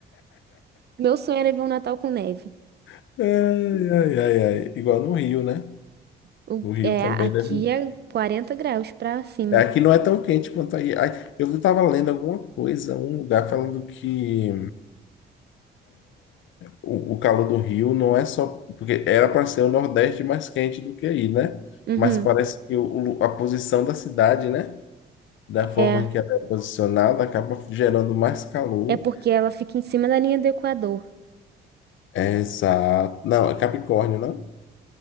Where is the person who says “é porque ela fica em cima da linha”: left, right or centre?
Right